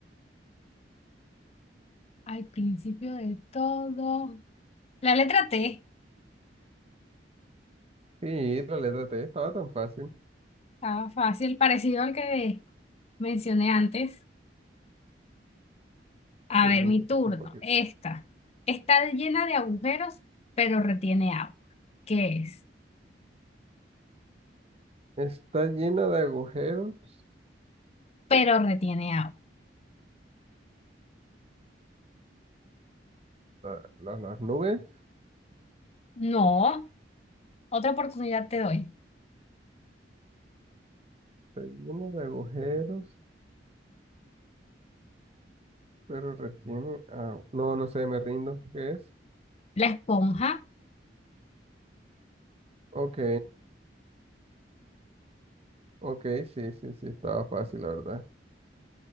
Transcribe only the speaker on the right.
Sí, la letra T estaba tan fácil.
Sí,
un
poquito,
un poquito.
Está llena de agujeros.
la- la- las nubes.
Está llena de agujeros, pero retiene agua. No, no sé, me rindo. ¿Qué es?
Ok, ok, sí, sí, sí, estaba fácil, la verdad.